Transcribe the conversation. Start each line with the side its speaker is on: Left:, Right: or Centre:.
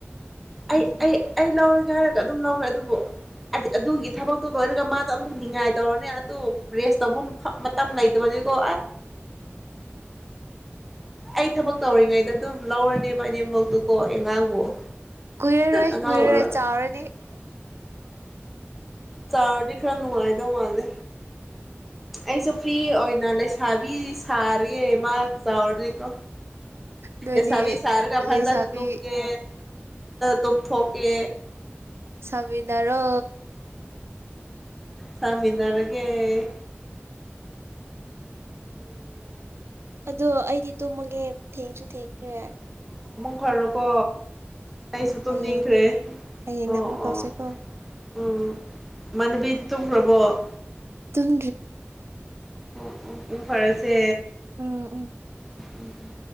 Centre: ꯑꯩ ꯑꯩ ꯑꯩ ꯂꯧꯔꯦ ꯍꯥꯏꯔꯒ ꯑꯗꯨꯝ ꯂꯧꯈ꯭ꯔꯦ ꯑꯗꯨꯕꯨꯗꯤ ꯑꯗꯨꯒꯤ ꯊꯕꯛꯇꯣ ꯂꯣꯏꯔꯒ ꯃꯥꯗꯣ ꯑꯃꯨꯛ ꯉꯥꯏ ꯇꯧꯔꯅꯦ ꯑꯗꯨ ꯔꯦꯁ ꯇꯧꯕ ꯃꯇꯝ ꯂꯩ ꯃꯅꯤ ꯀꯣ ꯑꯩ ꯊꯕꯛ ꯇꯧꯔꯤꯉꯩꯗ ꯑꯗꯨꯝ ꯂꯧꯔꯅꯦꯕ ꯑꯅꯦꯝꯕꯛꯇꯨꯀꯣ ꯑꯉꯥꯡꯕꯨ
Right: ꯀꯨꯏꯔꯔꯣꯏ
Centre: ꯑꯉꯥꯡ
Right: ꯀꯨꯏꯔꯔꯣꯏ
Centre: ꯑꯣꯜꯂ
Right: ꯆꯥꯎꯔꯅꯤ
Centre: ꯆꯥꯗꯤ ꯈꯔꯅꯅꯨꯡꯉꯥꯏꯗꯣ ꯃꯥꯂꯦ
Right: ꯎꯝ
Centre: ꯑꯩꯁꯨ ꯐ꯭ꯔꯤ ꯑꯣꯏꯅ ꯂꯩꯁꯥꯕꯤ ꯁꯥꯔꯤꯦ ꯃꯥ ꯆꯥꯎꯗꯤꯀꯣ
Right: ꯅꯣꯏꯅꯤ
Centre: ꯑꯦꯁꯕꯤ ꯁꯔꯒ
Right: ꯂꯩꯁꯥꯕꯤ
Centre: ꯐꯖꯗꯥ ꯅ ꯇꯨꯝꯒꯦ ꯇꯨꯝꯊꯣꯛꯀꯦ
Right: ꯁꯃꯤꯗꯔꯣ
Centre: ꯁꯃꯤꯟꯅꯔꯒꯦ
Right: ꯑꯗꯣ ꯑꯩꯗꯤ ꯇꯨꯝꯃꯒꯦ ꯊꯦꯡꯁꯨꯨ ꯊꯦꯡ꯭ꯔꯦ
Centre: ꯈꯔ ꯀꯣ ꯑꯩꯁꯨ ꯇꯨꯝꯅꯤꯡꯈ꯭ꯔꯦ
Right: ꯍꯌꯦꯡꯅ ꯍꯌꯦꯡꯅ
Centre: ꯑꯣ
Right: ꯑꯃꯨꯛ
Centre: ꯑꯣ
Right: ꯇꯧꯁꯦꯀꯣ
Centre: ꯎꯝ ꯃꯅꯕꯤꯗꯤ ꯇꯨꯝꯈ꯭ꯔꯕꯣ
Right: ꯇꯟ
Centre: ꯑꯣ ꯑꯣ ꯎ ꯐꯔꯁꯦ
Right: ꯑ ꯎ
Centre: ꯎꯝ ꯎꯝ